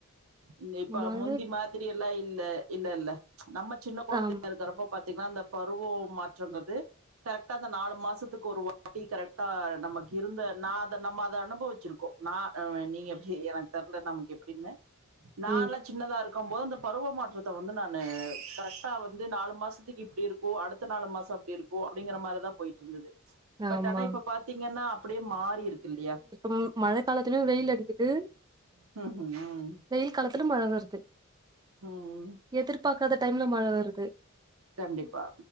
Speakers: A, on the right; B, on the right.
A: இந்த இப்போ
B: மழ
A: முந்தி மாதிரில்லா இல்ல இல்லல்ல நம்ம சின்ன கொழந்தையா
B: ஆமா
A: இருக்குறப்போ பாத்தீங்கன்னா இந்த பருவோ மாற்றங்குறது கரெக்டா அந்த நாலு மாசத்துக்கு ஒரு வாட்டி கரெக்டா நமக்கு இருந்த நா அந்த நம்ம அத அனுபவிச்சிருக்கோ நா ம் நீங்க எப்படி எனக்கு தெர்ல நமக்கு எப்டினு நால
B: ம்
A: சின்னதா இருக்குபோது அந்த பருவ மாற்றத்த வந்து நானு கரெக்டா வந்து நாலு மாசத் இப்டி இருக்கு அடுத்த நாலு மாசோ அப்டி இருக்கு அப்டிங்கிற மாரிதா போயிட்டு இருந்துது பட்
B: ஆமா
A: ஆனா இப்ப பாத்தீங்கன்னா அப்டியே மாறி இருக்கு இல்லியா
B: ம் மழ காலத்துலயு வெயில் அடிக்கிது
A: உ
B: வெயில் காலத்துல மழ வருது
A: உ
B: எதிர்பாக்காத டைம்ல மழ வருது
A: கண்டிப்பா